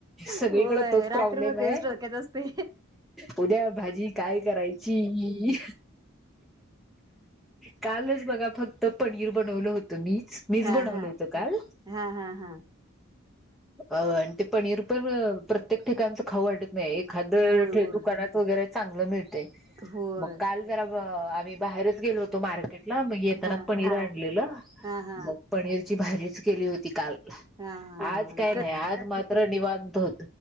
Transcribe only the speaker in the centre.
सगळीकडे
तोच
प्रॉब्लेम
आहे.
उद्या भाजी काय करायची? कालच बगा फक्त प नीर बनवलं हो तुम्हीच. मीच
बनवलं
होतं काल.
अ अन् ते पनीर तर प्रत्येक ठिकाणंच खाऊ वाटत नाय एखादं
ठे दुकानात वगैरे चांगलं मिळतंय.
मग काल जरा अ मी बाहेरच गेलो होतो मार्केट ला मग येताना
पनीर आणलेलं,
मग पनीर ची भाजीच केली होती काल
आज काय नाही आज मात्र निवां तो